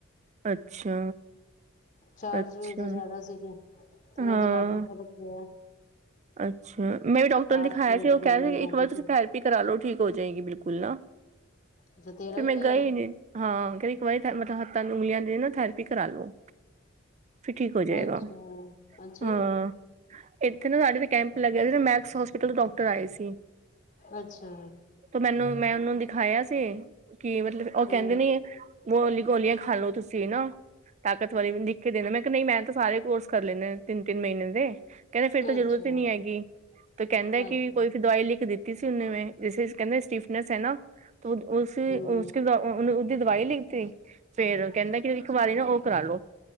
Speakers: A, on the right (about 35°); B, on the left (about 40°).
A: ਅੱਛਾ।
B: ਚਾਰਜ
A: ਅੱਛਾ
B: ਵੀ ਉਹਦੇ ਜਿਆਦਾ ਸੀਗੇ ਤੇ ਉਹਦੇ
A: ਹਾਂ
B: ਨਾਲ ਫਿਰ ਫਰਕ ਪਿਆ।
A: ਅੱਛਾ ਮੈਂ ਵੀ ਡਾਕਟਰ
B: ਚਾਰ
A: ਨੂੰ ਦਿਖਾਇਆ
B: ਸੌ
A: ਸੀ
B: ਇੱਕ
A: ਉਹ
B: ਦਿਨ
A: ਕਹਿ
B: ਦੇ
A: ਸੀ ਇੱਕ
B: ਲੈਂਦੇ
A: ਵਾਰ ਤੁਸੀਂ ਫੈਰ ਕਰਾ ਲੋ ਠੀਕ ਹੋ ਜਾਏਗੀ ਬਿਲਕੁਲ ਨਾ
B: ਅੱਛਾ ਤੇਰਾ
A: ਫਿਰ
B: ਵੀ
A: ਮੈਂ
B: ਗਿਆ
A: ਗਈ ਨੀ ਹਾਂ ਕ ਇੱਕ ਵਾਰੀ ਮਤਲਬ ਹੱਥਾਂ ਦੀ ਉਂਗਲੀਆਂ ਦੀ ਨਾ ਥੈਰੇਪੀ ਕਰਾ ਲੋ। ਫਿਰ ਠੀਕ ਹੋ ਜਾਏਗਾ
B: ਵਾ ਅੱਛਾ ਅੱਛਾ
A: ਹਾਂ। ਇੱਥੇ ਨਾ ਸਾਡੇ ਤੇ ਕੈਂਪ ਲੱਗਿਆ ਸੀ ਤੇ ਮੈਕਸ ਹੋਸਪਿਟਲ ਤੋਂ ਡਾਕਟਰ ਆਏ ਸੀ
B: ਅੱਛਾ
A: ਤੇ ਮੈਨੂੰ ਮੈਂ ਉਹਨੂੰ ਦਿਖਾਇਆ ਸੀ ਕਿ ਮਤਲਬ ਉਹ ਕਹਿੰਦੇ
B: ਹਮ
A: ਨੇ ਵੋ ਵਾਲੀਆਂ ਗੋਲੀਆਂ ਖਾ ਹਲੋ ਤੁਸੀਂ ਨਾ ਤਾਕਤ ਵਾਲੀ ਵੀ ਲਿਖ ਦੇਣਾ ਮੈਂ ਕਿਹਾ ਨਹੀਂ ਮੈਂ ਤਾਂ ਸਾਰੇ ਕੋਰਸ ਕਰ ਲੈਂਨੇ ਤਿੰਨ ਤਿੰਨ ਮਹੀਨੇ ਦੇ ਕਹਿੰਦੇ ਫਿਰ ਜ਼ਰੂਰਤ
B: ਅੱਛਾ
A: ਹੀ ਨਹੀਂ ਹੈਗੀ ਤੇ ਕਹਿੰਦਾ
B: ਅੱਛਾ
A: ਕਿ ਕੋਈ ਦਵਾਈ ਲਿਖ ਕੇ ਦਿੱਤੀ ਸੀ ਨੇ ਜੈਸੇ ਕਹਿੰਦੇ ਸਟੀਫਨਸ ਹੈ ਨਾ ਉਸੇ
B: ਹਮ
A: ਉਸ ਦੇ ਉਹ ਉਹਨੇ ਉਹਦੀ ਦਵਾਈ ਲਿਖ ਤੀ ਫੇਰ ਕਹਿੰਦਾ ਕਿ ਇੱਕ ਵਾਰੀ ਨ ਉਹ ਕਰਾਾਲੋ